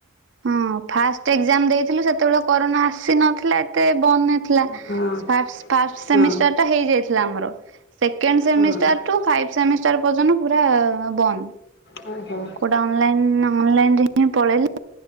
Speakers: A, on the right; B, on the left.
A: ହୁଁ ଫାଷ୍ଟ ଏଜ୍ଜାମ୍ ଦେଇଥିଲୁ ସେତେବେଳେ କରୋନା ଆସି ନଥିଲା ଏତେ ବନ୍ଦ ନଥି ଲା।
B: ହଁ
A: ଫାଷ୍ଟ ଫାଷ୍ଟ ସେମିଷ୍ଟାର
B: ହଁ
A: ଟା ହେଇଯାଇଥିଲା ଆମର। ସେକେଣ୍ଡ ସେମିଷ୍ଟାର
B: ହଁ।
A: ଠୁ ଫାଇଫ୍ ସେମିଷ୍ଟାର ପର୍ଯ୍ୟନ୍ତ ପୁରା ବନ୍ଦ।
B: ହଁ ହଁ।
A: କୋଉଟା ଅନଲାଇନ୍ ଅନଲାଇନ୍ ରେ ହିଁ ପଳେଇଲେ।